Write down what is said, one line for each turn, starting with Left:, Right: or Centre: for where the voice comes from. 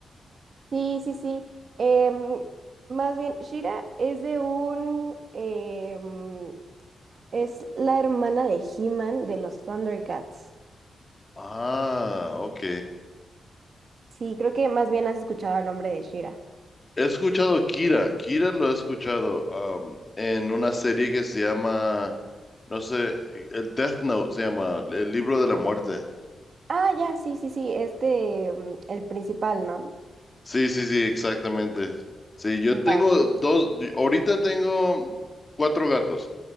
Right: Sí, sí, sí. Em, más bien, Shira es de un... em, es la hermana de He-Man de los Thundercats.
Left: Ah, ok.
Right: Sí, creo que más bien has escuchado el nombre de Shira.
Left: He escuchado Kira. Kira lo he escuchado um, en una serie que se llama, no sé, el Death Note se llama, el libro de la muerte.
Right: Ah, ya, sí, sí, sí, este, mm, el principal, ¿no?
Left: Sí, sí, sí, exactamente. Sí, yo
Right: Ya,
Left: tengo dos, ahorita tengo cuatro gatos.